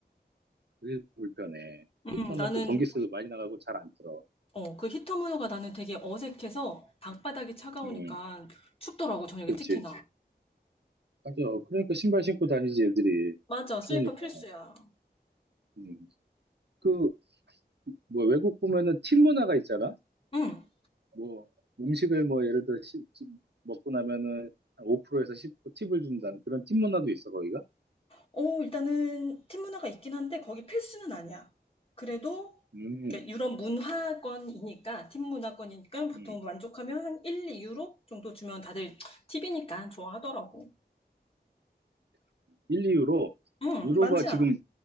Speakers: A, on the right; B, on the left.
A: 그게 불편해.
B: 음,
A: 히터는
B: 나는,
A: 또 전기세도 많이 나가고 잘 안 틀어.
B: 어, 그 히터 문화가 나는 되게 어색해서 방바닥이 차가우니까
A: 음,
B: 춥더라고, 저녁에
A: 그렇지.
B: 특히나.
A: 맞아. 그러니까 신발 신고 다니지, 애들이.
B: 맞아, 슬리퍼
A: 추우니까.
B: 필수야.
A: 음. 그, 뭐, 외국 보면은 팀 문화가 있잖아?
B: 응.
A: 뭐, 음식을 뭐, 예를 들어, 십- 집 먹고 나면은 한 5%에서 10% 팁을 준다는 그런 팀 문화도 있어, 거기가?
B: 어, 일단은 팀 문화가 있긴 한데 거기 필수는 아니야. 그래도
A: 음,
B: 이렇게 유럽 문화권이니까, 팀 문화권이니까 보통
A: 음.
B: 만족하면 한 1, 2유로 정도 주면 다들 팁이니까 좋아하더라고.
A: 1, 2유로.
B: 응,
A: 유로가
B: 많지
A: 지금
B: 않아.
A: 음.